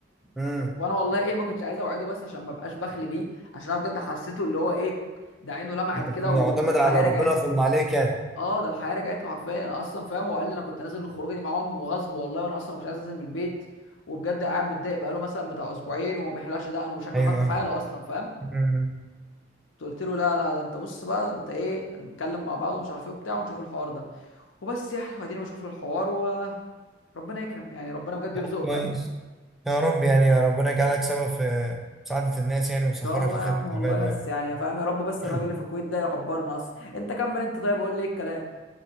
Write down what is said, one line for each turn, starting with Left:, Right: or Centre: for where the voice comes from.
Centre: امم
Left: وانا والله ايه ما كنتش عايز اوعده بس عشان ما بقاش بخلي بيه عشان انا بجد حسيته اللي هو ايه ده عينه لمعت
Centre: بس
Left: كده
Centre: معتمد
Left: والحياه
Centre: على ربنا
Left: رجعت لي
Centre: ثم عليك يعني
Left: اه ده الحياه رجعت له حرفيا انا اصلا فاهم هو قال لي انا كنت نازل الخروجه دي معاهم وغصب والله وانا اصلا ما كنتش عايز انزل من البيت وبجد قاعد متضايق بقاله مثلا بتاع اسبوعين وما بيحلقش دقنه وشكله
Centre: ايوه
Left: حالته حاله اصلا فاهم
Centre: مم.
Left: قلت له لا لا ده انت بص بقى ده انت ايه نتكلم مع بعض ومش عارف ايه وبتاع ونشوف الحوار ده وبس يعني واديني بشوف له الحوار و ربنا يكرم يعني ربنا بجد
Centre: طب
Left: يرزقه
Centre: كويس
Left: فاهم ان
Centre: يا رب يعني يا ربنا يجعلك سبب في مساعدة الناس يعني ويسخرك
Left: شاء الله
Centre: لخدمة
Left: يا عم والله
Centre: عباده يعني
Left: بس يعني فاهم يا رب بس
Centre: <clears throat>
Left: الراجل اللي في الكويت ده يكبرنا اصلا انت كمل انت طيب قول لي ايه الكلام